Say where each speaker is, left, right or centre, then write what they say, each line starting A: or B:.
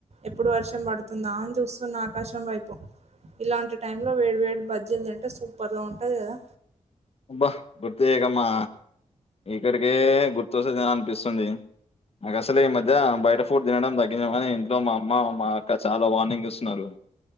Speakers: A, on the right (about 55°); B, on the left (about 50°).
A: ఎప్పుడు వర్షం పడుతుందా అని చూస్తున్న ఆకాశం వైపు ఇలాంటి టైమ్ లో వేడి వేడి బజ్జీలు తింటే సూపర్ గా ఉంటది కదా
B: అబ్బా గుర్తుచెయకమ్మా ఇక్కడికే గుర్తొస్తే తినాలి అనిపిస్తుంది నాకు అసలే ఈ మధ్య బయట ఫుడ్ తినడం తగ్గియమని ఇంట్లో మా అమ్మ మా అక్క చాలా వార్నింగ్ ఇస్తున్నారు